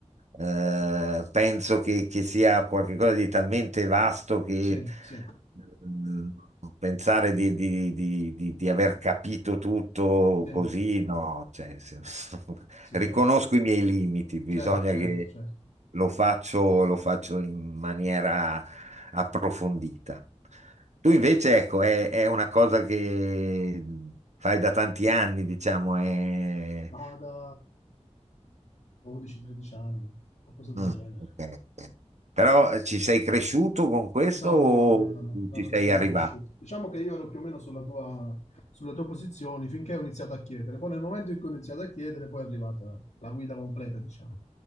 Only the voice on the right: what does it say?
eh, penso che, che sia qualcosa di talmente vasto che
mm, pensare di, di- di- di- di aver capito tutto
così, no, cioè, <laughs>
riconosco
i miei limiti, bisogna
che
lo faccio, lo faccio in maniera approfondita. Tu invece, ecco, è, è una cosa che fai da tanti anni, diciamo, è...
Mm,
ok, ok. Però eh, ci sei cresciuto con questo
o
ci
sei
arrivato?